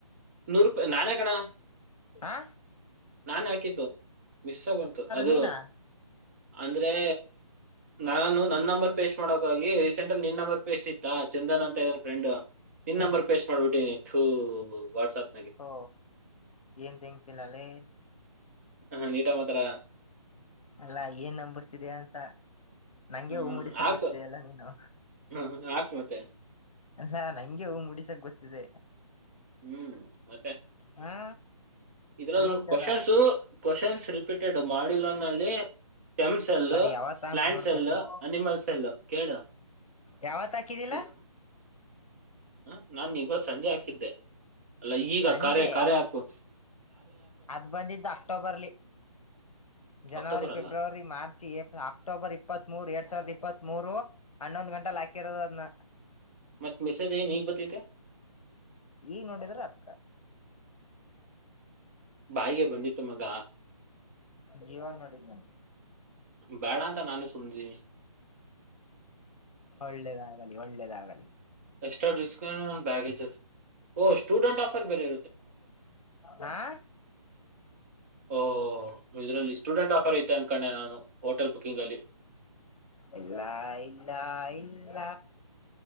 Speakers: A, on the right; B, on the left.
A: ನೂರೂಪಾಯ್ ನನೆ ಕಣೊ
B: ಹಾ
A: ನಾನೆ ಹಾಕಿದ್ದು ಮಿಸ್ಸಗ್ ಬಂತು ಅದು
B: ನೀನಾ
A: ಅಂದ್ರೆ ನಾನು ನನ್ ನಂಬರ್ ಪೇಸ್ಟ್ ಮಾಡಕೊಗಿ ರೀಸೆಂಟ್ ಅಲ್ಲಿ ನಿನ್ ನಂಬರ್ ಪೇಸ್ಟ್ ಇತ್ತ ಚಂದನ್ ಅಂತ ಇದನ್ ಫ್ರೆಂಡು ನಿನ್
B: ಹ್ಮ್
A: ನಂಬರ್ ಪೇೇಶ್ ಮಾಡ್ಬಿಟ್ಟಿನಿ ಥೂ ವಾಟ್ಸಪ್
B: ಓ ಏನ್ <unintelligible>
A: ಹ ನೀಟಾಗ್ ಮಾತಾಡ
B: ಅಲ್ಲಾ ಏನ್ ನಂಬಿಸ್ತಿದಿಯ ಅಂತ ನಂಗೆ
A: ಹ್ಮ್
B: ಹೂ ಮೂಡಿಸಕ್
A: ಹಾಕು
B: ಬತ್ತಿದಿಯಲ್ಲ ನೀನು
A: <unintelligible> ಮತ್ತೆ
B: ಅಲ್ಲಾ ನಂಗೆ ಹೂ ಮೂಡಿಸಕ್ ಬತ್ತಿದಿ
A: ಹ್ಮ್ <unintelligible>
B: ಹಾ
A: ಇದ್ರಲ್ಲಿ
B: ಈ
A: ನೋಡ್
B: ತರ
A: ಕ್ವಶನ್ಸು ಕ್ವಶನ್ಸ್ ರಿಪೀಟೆಡ್ ಮಾಡಿಲ್ ಒನ್ ಅಲ್ಲಿ ಎಂ ಸೆಲ್ಲು
B: ಸರಿ ಯಾವತ್ತ
A: ಪ್ಲಾಂಟ್
B: ನೋಡ್ಕತೀನಿ
A: ಸೆಲ್ಲು ಅನಿಮಲ್ಸೆಲ್ಲು ಕೇಳು
B: ಯಾವತ್ ಹಾಕಿದಿಲ್ಲ
A: ಇ- ಹ ನಾನು ಇವತ್ತು ಸಂಜೆ ಹಾಕಿದ್ದೆ ಅಲ್ಲ ಈಗ
B: ಸಂಜೆ
A: ಕಾರ್ಯ ಕಾರ್ಯ ಹ್ಯಾಪು
B: ಅದ್ ಬಂದಿದ್ದು ಅಕ್ಟೋಬರ್ಲಿ ಜನವರಿ
A: ಅಕ್ಟೋಬರ್
B: ಫೆಬ್ರವರಿ
A: ಅಲ್ಲ
B: ಮಾರ್ಚ್ ಅಕ್ಟೋಬರ್ ಇಪ್ಪತ್ ಮೂರ್ ಎರಡ್ ಸಾವಿರದ ಇಪ್ಪತ್ತ್ ಮೂೂರು ಹನ್ನೊಂದು ಗಂಟಲ್ಲ ಹಾಕಿರೋದು ಅದನ್ನ
A: ಮತ್ ಮೆಸೇಜ್ ಏನ್ ಈಗ್ ಬತ್ತೈತೆ
B: ಈಗ್ ನೋಡಿದ್ರ ಅದಕ್ಕ
A: ಬಾಯಿಗೆ ಬಂದಿತ್ತುು ಮಗ
B: ನಿವಾಗ ನಡೀದ್ದ ನನ್
A: ಬೇಡಂತ ನಾನು ಸನ್ನಿದ್ದನನೆ
B: ಒಳ್ಳೇದಾಗಲಿ ಒಳ್ಳೇದಾಗಲಿ
A: ಎಷ್ಟಸ್ಕೊಂಡ್ರ ನ ಬ್ಯಾಗ್ ಓ ಸ್ಟೂಡೆಂಟ್ ಆಫರ್ ಬರರೆ
B: ಹಾ
A: ಓಹ ಇದ್ರಲ್ಲಿ ಸ್ಟೂಡೆಂಟ್ ಆಫರ್ ಐತೆ ಅನ್ಕಣೆ ನಾನು ಹೋಟೆಲ್ ಬುಕ್ಕಿಂಗ್ಲ್
B: ಇಲ್ಲ ಇಲ್ಲ ಇಲ್ಲ